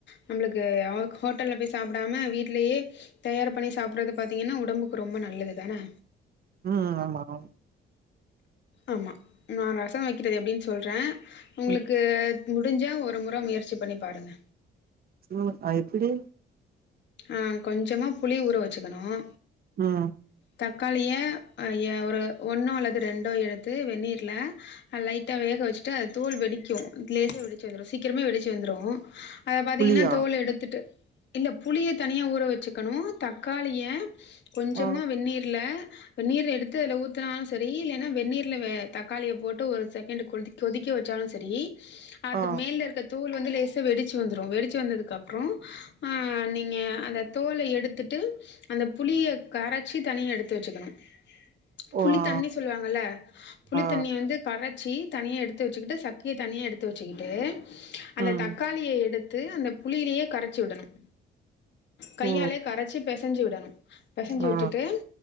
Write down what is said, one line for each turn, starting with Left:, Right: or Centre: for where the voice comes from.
Left: நம்மளுக்கு ஹோட்டல்ல போய் சாப்பிடாம வீடலேயே தயார் பண்ணி சாப்பிடுறது பாத்தீங்கன்னா உடம்புக்கு ரொம்ப நல்லது தானே
Right: உம் ஆமா ஆமா
Left: ஆமா நான் ரசம் வைக்கிறது எப்படின்னு சொல்றேன் உங்களுக்கு
Right: ம்
Left: முடிஞ்சா ஒரு முறை முயற்சி பண்ணி பாருங்க
Right: உஹம் எப்படி
Left: அஹ் கொஞ்சமா புளி ஊற வச்சுக்கணும்
Right: உம்
Left: தக்காளிய ஒரு ஒன்னோ அல்லது ரெண்டோ எடுத்து வெந்நீர்ல லைட்டாக வேக வச்சுட்டு அது தோள் வெடிக்கு லேசே வெடிச்சு வந்துடும் சீக்கிரம வெடிச்சி வந்துடும் அதை பாத்தீங்கன்னா
Right: புளியா
Left: தோல் எடுத்துட்டு இல்ல புளியை தனியாக ஊற வச்சுக்கணும் தக்காளிய கொஞ்சமாக
Right: ஆ
Left: வெந்நீரில நீர் எடுத்து அதுல ஊத்துனாலும் சரி இல்லனா வெந்நீர்ல தக்காளிய போட்டு ஒரு செகண்ட் கொதி கொதிக்கி வச்சாலும் சரி அது
Right: ஆ
Left: மேல இருக்க தோள் வந்து லேசா வெடிச்சு வந்துரும் வெடிச்சு வந்ததுக்கு அப்புறம் நீங்க அந்த தோலை எடுத்துட்டு அந்த புளியை கரைச்சி தனியா எடுத்து வச்சுக்கணும்
Right: ஓ
Left: புளி
Right: ஆ
Left: தண்ணி சொல்லுவாங்கல்ல புளித்தண்ணி
Right: ஆ
Left: வந்து கரை ச்சி தனியாக எடுத்து வச்சக்கிட்டு சக்கையை தனியாக எடுத்து வச்சுக்கிட்டு அந்த
Right: ம்
Left: தக்காளிய எடுத்து அந்த புளியிலேயே கரைச்சி விடணும் கையாலே
Right: ஓ
Left: கரைச்சி பெச செஞ்சுவிடணும் பெசஞ்சு
Right: ஆ
Left: விட்டுட்டு